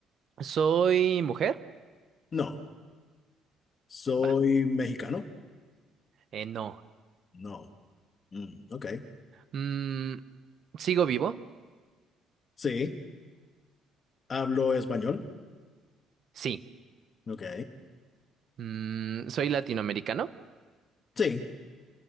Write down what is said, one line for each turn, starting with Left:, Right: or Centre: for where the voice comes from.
Right: ¿soy mujer?
Left: No, soy
Right: Va,
Left: mexicano,
Right: eh, no.
Left: no, Mm, ok,
Right: Mm, ¿sigo vivo?
Left: sí, hablo español,
Right: Sí.
Left: ok,
Right: Mm, ¿soy latinoamericano?
Left: sí,